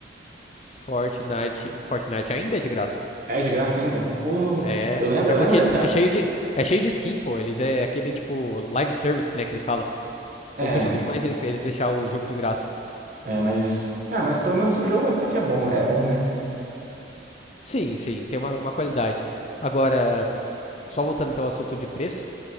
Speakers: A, on the left; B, on the right.
A: Fortnite, Fortnite ainda é de graça.
B: É de graça ainda? Pô,
A: É.
B: eu lembro,
A: É
B: eu
A: porque
B: lembro dessa.
A: é cheio de, é cheio de skin, pô. Eles é aquele, tipo, live service, né, que eles falam. Compensa
B: É.
A: muito mais eles, eles deixar o jogo de graça.
B: É, mas. Ah, mas pelo menos o jogo até que é bom. É bom, né?
A: Sim, sim, tem uma, uma qualidade. Agora, só voltando então ao assunto de preço,